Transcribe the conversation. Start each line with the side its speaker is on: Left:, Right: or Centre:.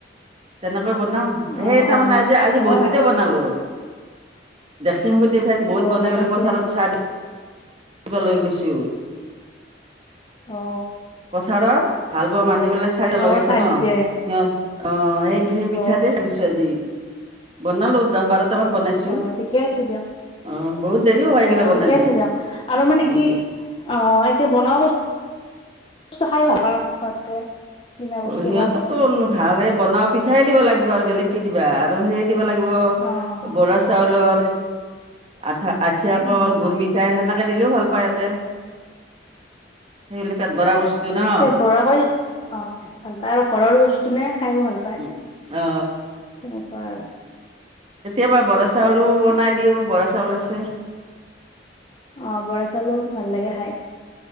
Right: তেনেকৈ বনাও,
Left: অ
Right: সেই তাৰ
Left: অ
Right: মানে আজি, আজি
Left: মই
Right: বহুতকেইটা
Left: নাই
Right: বনালো। দেক্সি মুখত দিয়া পিঠা আজি বহুত
Left: অ
Right: বনাই
Left: বনাইছে
Right: বোলে পেলাই পথাৰত চাহ দি ব লৈ গৈছোঁ।
Left: অ
Right: পথাৰত হাল
Left: তাকেইতো
Right: বোৱা মানুহবিলাক চাগে
Left: অ
Right: লগাইছে
Left: চাহ
Right: ন?
Left: দিছে
Right: সিহঁত অঁ, এক সেই পিঠাতে
Left: অ
Right: চাহ দিছো আজি, বনালো দহ বাৰ টামান বনাইছো,
Left: অ ঠিকে আছে দিয়ক
Right: অঁ বহুত দেৰিও হয়
Left: অ
Right: এইগিলা বনালি।
Left: ঠিকে আছে দিয়ক আৰু মানে
Right: উম
Left: কি, অঁ এতিয়া বনোৱা বস্ খাই ভাল পাও তাতকে। কিনা বস্তু
Right: অ সিহঁতকতো
Left: খোৱাতকে।
Right: ভালে বনোৱা পিঠাই দিব লাগিব আৰু বেলেগ কি দিবা আৰু সেই দিব লাগিব,
Left: অ',
Right: বৰা চ চাউলৰ, আঠা আঠিয়া কল,
Left: অ',
Right: গুৰ মিঠাই, সেনেকে দিলেও ভাল পায় ইহতে। সেই গিলা পেট ভৰা বস্তু ন'
Left: ঘৰুৱাকৈ, অঁ। ভাল আৰু ঘৰৰ বস্তু নে খাইও ভাল পায়।
Right: উম অঁ
Left: তেনেকুৱা আৰু
Right: কেতিয়াবা বৰা
Left: এতিয়া
Right: চাউলো
Left: আৰু
Right: বনাই দি, ওঁ বৰা চাউল আছে।
Left: অঁ বৰা চাউলো ভাল লাগে খাই।